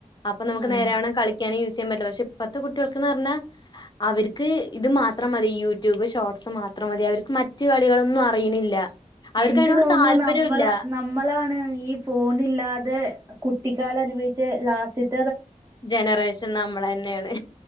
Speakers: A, on the left; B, on the right.
A: അപ്പൊ നമുക്ക്
B: ആഹ്
A: നേരാ വണ്ണം കളിക്കാനും യൂസ് <unintelligible> പക്ഷെ ഇപ്പഴത്തെ കുട്ടികൾക്ക്ന്ന് പറഞ്ഞാ അവർക്ക് ഇത് മാത്രം മതി യൂട്യൂബ് ഷോർട്സ് മാത്രം മതി അവർക്ക് മറ്റു കര്യങ്ങളൊന്നും അറിയണില്ല അവർക്ക്
B: എനിക്ക്
A: അതിനോട്
B: തോന്നുന്നു
A: താല്പര്യമില്ല.
B: നമ്മളെ നമ്മളാണ് ഈ ഫോണില്ലാതെ കുട്ടിക്കാലം അനുഭവച്ച് ലാസ്റ്റ
A: ജനറേഷൻ നമ്മള് തന്നെയാണ്